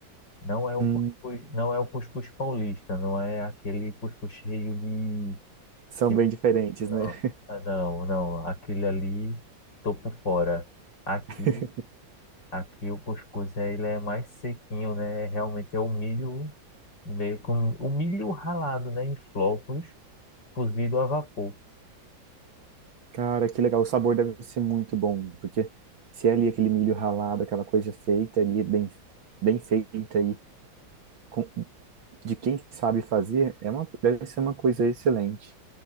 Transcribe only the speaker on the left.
Não é o
cuscuz, não é o cuscuz paulista, não é aquele cuscuz cheio de
Aquele-
Não,
ah, não, não. Aquele ali, tô por fora. Aqui,
aqui o cuscuz eh, ele é mais sequinho, né? Realmente é o milho, meio com o milho ralado, né? Em flocos, cozido a vapor.